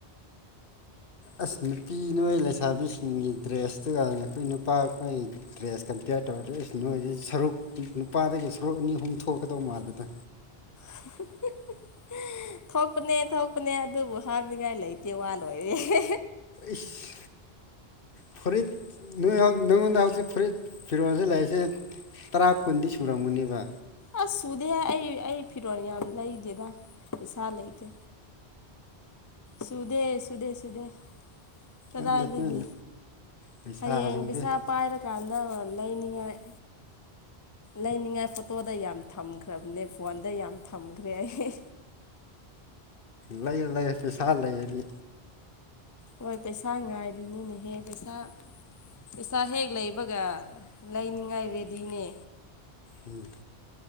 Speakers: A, on the left; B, on the left.
A: ꯑꯁ ꯅꯨꯄꯤ ꯅꯣꯏ ꯂꯩꯁꯥꯕꯤꯁꯤꯡꯒꯤ ꯗ꯭ꯔꯦꯁꯇꯨꯒ ꯑꯩꯈꯣꯏ ꯅꯨꯄꯥꯈꯣꯏ ꯗ꯭ꯔꯦꯁ ꯀꯝꯄꯤꯌꯔ ꯇꯧꯔꯗꯤ ꯅꯣꯏ ꯁꯔꯨꯛ ꯅꯨꯄꯥꯗꯒꯤ ꯁꯔꯨꯛ ꯑꯅꯤ ꯑꯍꯨꯝ ꯊꯣꯛꯀꯗꯧ ꯃꯥꯜꯂꯦꯗ
B: <unintelligible> ꯊꯣꯛꯄꯅꯦ ꯊꯣꯛꯄꯅꯦ ꯑꯗꯨꯕꯨ ꯍꯥꯞꯅꯤꯡꯉꯤꯏ ꯂꯩꯇꯦ ꯋꯥ ꯂꯣꯏꯔꯦ <unintelligible>
A: ꯏꯁ ꯐꯨꯔꯤꯠ <unintelligible> ꯅꯉꯣꯟꯗ ꯍꯧꯖꯤꯛ ꯐꯨꯔꯤꯠ ꯐꯤꯔꯣꯟꯁꯤ ꯂꯩꯇꯦ ꯇꯔꯥ ꯀꯨꯟꯗꯤ ꯁꯨꯔꯝꯒꯅꯤꯕ꯫
B: ꯑꯁ ꯁꯨꯗꯦ ꯑꯩ ꯑꯩ ꯐꯤꯔꯣꯜ ꯌꯥꯝ ꯂꯩꯗꯦꯗ ꯄꯩꯁꯥ ꯂꯩꯇꯦ ꯁꯨꯗꯦ ꯁꯨꯗꯦ ꯁꯨꯗꯦ ꯀꯗꯥꯏꯗꯒꯤ
A: ꯑꯗꯨꯅ ꯅꯣꯏ ꯂꯩꯁꯥꯁꯤꯡꯗꯤ
B: ꯍꯌꯦꯡ ꯄꯩꯁꯥ ꯄꯥꯏꯔ ꯀꯥꯟꯗ ꯂꯩꯅꯤꯡꯉꯥꯏ ꯂꯩꯅꯤꯡꯉꯥꯏ ꯐꯣꯇꯣꯗ ꯌꯥꯝ ꯊꯝꯈ꯭ꯔꯕꯅꯦ ꯐꯣꯟꯗ ꯌꯥꯝ ꯊꯝꯈ꯭ꯔꯦ ꯑꯩ
A: ꯂꯩꯌꯣ ꯂꯩꯌꯣ ꯄꯩꯁꯥ ꯂꯩꯔꯗꯤ
B: ꯍꯣꯏ ꯄꯩꯁꯥ ꯉꯥꯏꯔꯤꯅꯤꯅꯦꯍꯦ ꯄꯩꯁꯥ ꯄꯩꯁꯥ ꯍꯦꯛ ꯂꯩꯕꯒ ꯂꯩꯅꯤꯡꯉꯥꯏ ꯔꯦꯗꯤꯅꯦ
A: ꯎꯝ